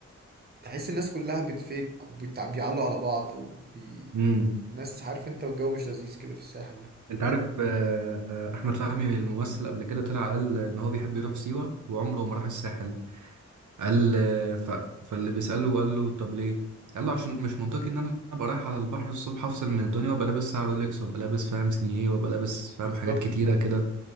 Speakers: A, on the right; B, on the right.
A: تحس الناس كلها بتفيك وبيعلوا على بعض وبي
B: امم
A: ناس عارف انت الجو مش لذيذ كده في الساحل ده
B: أنت عارف آه، آه، أحمد فهمي الممثل قبل كده طلع قال إن هو بيحب يروح سيوة وعمره ما راح الساحل قال آه، ف... فاللي بيسأله قال له طب ليه؟ قال له عشان مش منطقي ان انا ابقى رايح على البحر الصبح افصل من الدنيا وابقى لابس ساعه رولكس وابقى لابس فاهم سينيه وابقى لابس فاهم
A: بالظبط
B: حاجات كتيره
A: فاهم
B: كده